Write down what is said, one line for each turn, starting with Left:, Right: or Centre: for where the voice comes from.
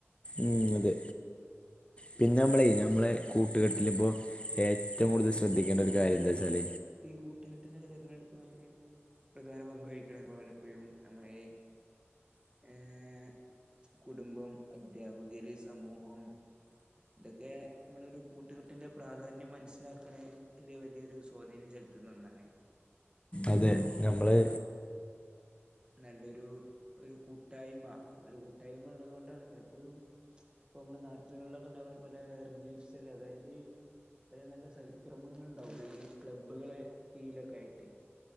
Left: ഉം അതെ പിന്നെ മ്മളെ ഞമ്മളെ കൂട്ടുകെട്ടിലിപ്പോ ഏറ്റവും കൂടുതൽ ശ്രദ്ധിക്കേണ്ട
Right: പിന്നെ
Left: ഒരു കാര്യം എന്താ വെച്ചാൽ
Right: ഈ കൂട്ടുകെട്ടിനൊക്കെ തിരഞ്ഞെടുക്കുന്നേല് പ്രധാന പങ്ക് വഹിക്കണ പോലെപ്പഴും നമ്മളെ ഏഹ് കുടുംബം അദ്ധ്യാപകര് സമൂഹം ഇതൊക്കെ നമ്മളൊരു കൂട്ടുകെട്ടിന്റെ പ്രാധാന്യം മനസ്സിലാക്ക ണേ വലിയ വലിയൊരു സ്വാധീനം ചെലുത്തുന്ന ഒന്നാണ് ഇപ്പോ
Left: അതെ ഞമ്മള്
Right: നല്ലൊരു ഒരു കൂട്ടായ്മ നല്ലൊരു കൂട്ടായ്മ ഉള്ളത് കൊണ്ടാണ് പലപ്പോഴും ഇപ്പൊ നമ്മള് നാട്ടിലുകളിലൊക്കെ ഉണ്ടാവണ പോലെ റിലീഫ്സ് ല് അതായത് ഒരെ നല്ല സൽക്രമങ്ങൾ ഉണ്ടാവുള്ളു ഈ ക്ലബ്ബുകളെ ഈലൊക്കെ ആയിട്ടേ